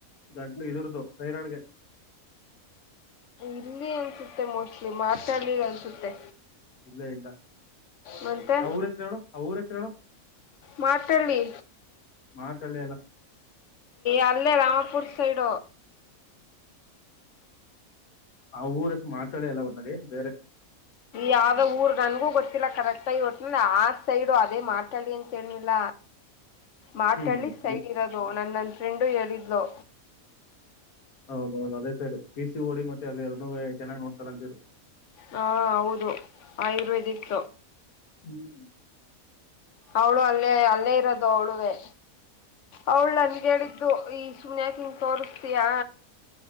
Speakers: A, on the left (about 85°); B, on the left (about 60°).
A: ಗಂಟ್ಲು ಇದರದು ಸೈರಾಡ್ಗೆ
B: ಇಲ್ಲಿ ಅನ್ಸುತ್ತೆ ಮೋಸ್ಟ್ಲಿ ಮಾತಾಲಿ ಅನ್ಸುತ್ತೆ
A: ಇಲ್ಲ ಇಲ್ಲ
B: ಮತ್ತೆ
A: ಅವ್ರ ಹೆಸರುಗಳುು ಅವ್ರ ಹೆಸರುಗಳುು
B: ಮಾತಳ್ಳಿ
A: ಮಾತಾಡ್ಲೆ ಅಲ್ಲ
B: ಅಲ್ಲೇ ರಾಮಪುರ್ ಸೈಡ
A: ಅವ ಊರಷ್ಟು ಮಾತಾಳ ಎಲ್ಲ ಒಟದ ಬೇರೆ
B: ಯಾವ್ದ ಊರ್ ನನ್ಗೂ ಗೊತ್ತಿಲ್ಲ ಕರೆಕ್ಟ್ ಆಗಿ ಒಟ್ಟ ಆ ಸೈಡು ಅದೇ ಮಾತಾಡಿ ಅಂತನಿಲ್ಲ ಮಾತಾಳ್ಳಿ
A: ಹ್ಮ್ ಅದೇ
B: ಸೈ ಇರೋದು ನನ್ನ ನನ್ನ ಫ್ರೆಂಡು ಹೇಳಿದ್ಲು
A: ಹೌದೌದು ಅದೇ ಸೈಡ್ ಪ ಸಿ ಓಡಿ ಮತ್ತೆ ಅ್ರ ಎರನ ಚೆನ್ನ್ ನೋಡ್ತಾರಂತವ್ರು
B: ಹಾ ಹೌದು ಆಯುರ್ವೇದಿಕ್
A: ಹ್ಮ್
B: ಅವಳು ಅಲ್ಲೇ ಅಲ್ಲೇ ಇರೋದು ಅವಳುವೇ ಅವಳು ನನ್ಗೆ ಹೇಳಿದ್ದ ಇ ಈ ಸುನ್ಕಂಗ ತೋಸ್ತಯಾ